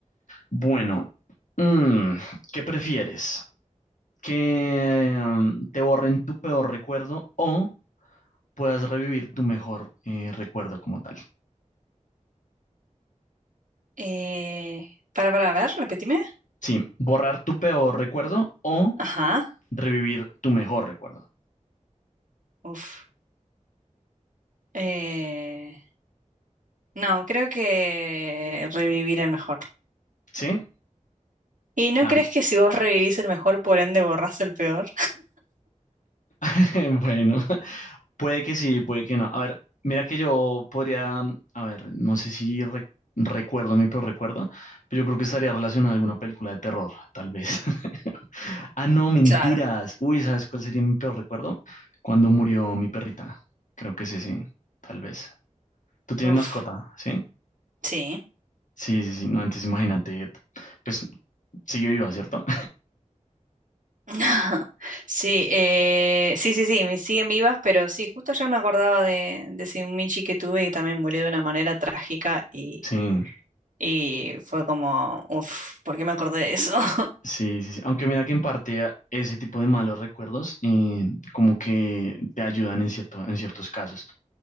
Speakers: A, on the left; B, on the right.
A: Bueno, mm, ¿qué prefieres? ¿Que mm, te borren tu peor recuerdo o puedas revivir tu mejor eh, recuerdo como tal?
B: Eh, para, para, a ver, repetime.
A: Sí, borrar tu peor recuerdo o
B: Ajá,
A: revivir tu mejor recuerdo,
B: uf. Eh, no, creo que revivir el mejor.
A: ¿sí?
B: ¿Y no
A: Ah,
B: crees que si vos revivís el mejor, por ende borrás el peor?
A: <laughs> Bueno, puede que sí, puede que no. A ver, mira que yo podría, mm, a ver, no sé si re- recuerdo mi peor recuerdo, pero yo creo que estaría relacionado a alguna película de terror, tal vez. <laughs> Ah, no, mentiras.
B: Claro,
A: Uy, ¿sabes cuál sería mi peor recuerdo? Cuando murió mi perrita. Creo que sí, sí, tal vez. ¿Tú tienes
B: uf,
A: mascota? ¿Sí?
B: sí.
A: Sí, sí, sí. No, antes imagínate, pues sigue viva, ¿cierto?
B: <laughs> Sí, eh, sí, sí, sí, me siguen vivas, pero sí, justo ayer me acordaba de, de ese Michi que tuve y también murió de una manera trágica y
A: <laughs> Sí.
B: Y fue como, uff, ¿por qué me acordé de eso? <laughs>
A: Sí, sí, sí. Aunque mira que en parte a- ese tipo de malos recuerdos eh, como que te ayudan en cierto, en ciertos casos.